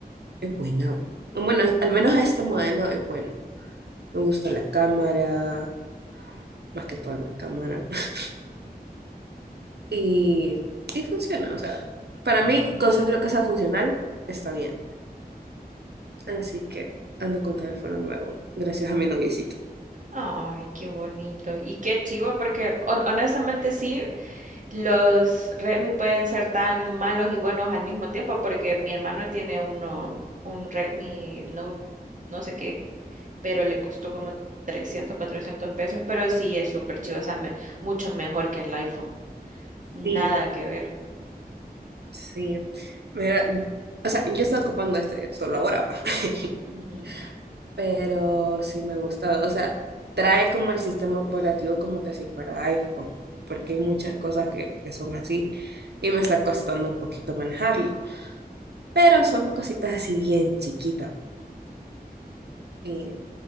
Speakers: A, on the right; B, on the right.
A: es buena. Bueno, al menos este modelo es bueno. Me gusta la cámara, más que todo la cámara. <laughs> Y, y funciona, o sea, para mí, con solo que sea funcional, está bien. Así que ando con teléfono nuevo, gracias a mi noviecito.
B: Ay, qué bonito. Y qué chivo, porque hon- honestamente sí, Los Redmi pueden ser tan malos y buenos al mismo tiempo porque mi hermano tiene uno, un Redmi Note, no sé qué, pero le costó como trescientos cuatrocientos pesos, pero sí es súper chido, o sea, me- mucho mejor que el iPhone, nada
A: Sí,
B: que ver.
A: sí. Mira, o sea, yo estaba ocupando este solo ahora, va. <laughs>
B: Ujú.
A: Pero sí me gusta O sea, trae como el sistema operativo como que si fuera iPhone, porque hay muchas cosas que, que son así y me está costando un poquito manejarlo. Pero son cositas así bien chiquitas. Y,